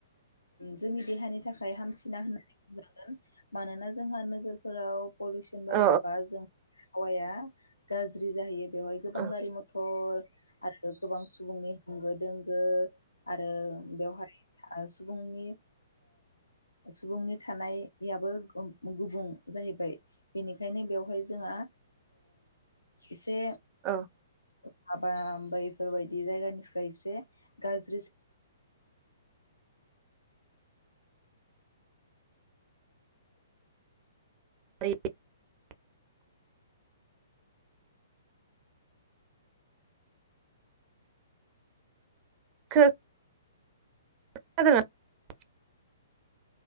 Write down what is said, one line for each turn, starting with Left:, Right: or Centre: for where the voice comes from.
Left: जोंनि देहानि थाखाय हामसिना होननानै बुंनांगोन मानोना जोंहा नोगोरफोराव पलिउसन बारा
Right: औ
Left: बा जों हावाया गाज्रि जाहैयो बेवहाय गोबां
Right: औ
Left: गारि मथर आरो गोबां सुबुंनि होंगो दोंगो आरो बेवहाय सुबुंनि सुबुंनि थानाय याबो गुबुं जाहैबाय बेनिखायनो बेवहाय जोंहा एसे
Right: औ
Left: माबा बेफोरबायदि जायगानिफ्राय एसे गाज्रिसि
Right: <unintelligible> <unintelligible> <unintelligible>